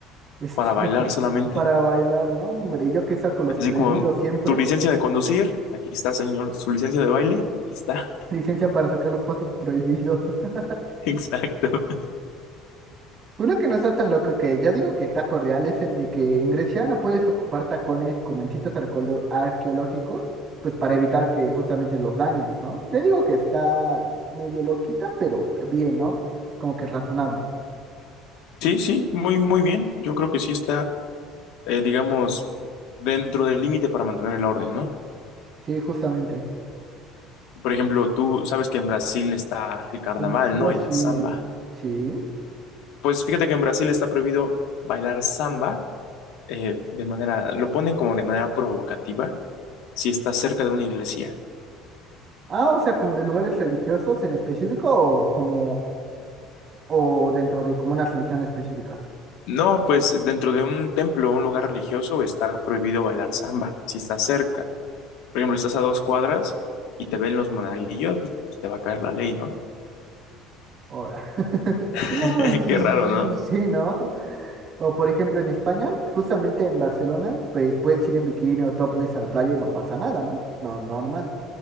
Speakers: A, on the right; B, on the left.
A: este,
B: Para bailar
A: <laughs>
B: solamente.
A: para bailar, ¿no? Hombre, yo que saco los
B: Así
A: prohibidos
B: como
A: siempre,
B: tu licencia de conducir, aquí está, señor. Su licencia de baile, aquí está.
A: licencia para sacar los pasos prohibidos. <laughs>
B: <laughs> Exacto.
A: Uno que no está tan loco que yo digo que está cordial es el de que en Grecia no puedes ocupar tacones como en sitios arqueolo- arqueológicos, pues para evitar que justamente los dañes, ¿no? Yo digo que está medio loquita, pero bien, ¿no? Como que razonable.
B: Sí, sí, muy, muy bien. Yo creo que sí está, eh, digamos, dentro del límite para mantener el orden, ¿no?
A: Sí, justamente.
B: Por ejemplo, tú sabes que en Brasil está el carnaval,
A: En Brasil.
B: ¿no? Y la samba.
A: Sí.
B: Pues fíjate que en Brasil está prohibido bailar samba eh, de manera, lo ponen como de manera provocativa si estás cerca de una iglesia.
A: Ah, o sea, como de lugares religiosos en específico o como o dentro de como una religión específica.
B: No, pues dentro de un templo o un lugar religioso está prohibido bailar samba si estás cerca. por ejemplo, si estás a dos cuadras y te ven los monaguillos, pues te va a caer la ley, ¿no?
A: Ahora. <laughs>
B: <laughs>
A: No, pues
B: Qué raro, ¿no?
A: sí, ¿no? O por ejemplo en España, justamente en Barcelona, pues puedes ir en bikini o topless a la playa y no pasa nada, ¿no? No, normal.